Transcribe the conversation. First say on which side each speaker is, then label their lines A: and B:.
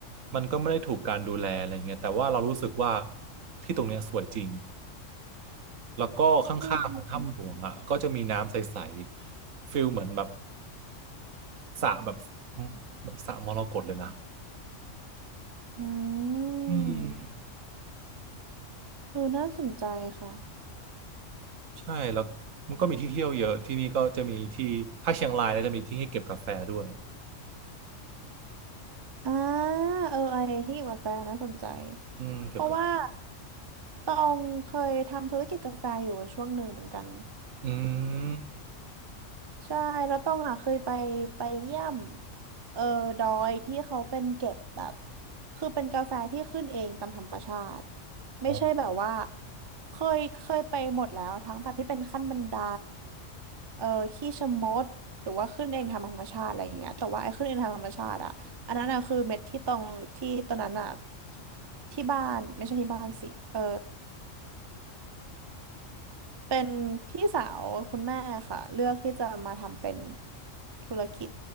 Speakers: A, on the right (about 85°); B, on the right (about 40°).
A: มันก็ไม่ได้ถูกการดูแลอะไรเงี้ยแต่ว่าเรารู้สึกว่าที่ตรงเนี้ยสวยจริงแล้วก็ข้างๆของถ้ำหลวงอ่ะก็จะมีน้ำใสๆฟิลเหมือนแบบ
B: อืมอืมอืม
A: สระแบบเหมือนสระมรกตเลยนะ
B: อืม
A: อืม
B: เออน่าสนใจค่ะ
A: ใช่แล้วมันก็มีที่เที่ยวเยอะที่นี่ก็จะมีที่ถ้าเชียงรายแล้วจะมีที่ให้เก็บกาแฟด้วย
B: อ่าเออไอที่เกี่ยวกับกาแฟน่าสนใจ
A: อืมเก็บกาแฟ
B: เพราะว่าตองเคยทำธุรกิจกาแฟอยู่ช่วงหนึ่งเหมือนกัน
A: อืม
B: ใช่แล้วต้องอ่ะเคยไปไปเยี่ยมเออดอยที่เขาเป็นเก็บแบบคือเป็นกาแฟที่ขึ้นเองตามธรรมชาติไม่ใช่แบบว่า
A: อ๋อ
B: เคยเคยไปหมดแล้วทั้งแบบที่เป็นขั้นบันไดเออขี้ชะมดหรือว่าขึ้นเองทำธรรมชาติอะไรอย่างเงี้ยแต่ว่าไอ้ขึ้นเองทำธรรมชาติอ่ะอันนั้นอ่ะคือเม็ดที่ตรงที่ตอนนั้นอ่ะที่บ้านไม่ใช่ที่บ้านสิเออ เป็นพี่สาวคุณแม่ค่ะเลือกที่จะมาทำเป็นธุรกิจ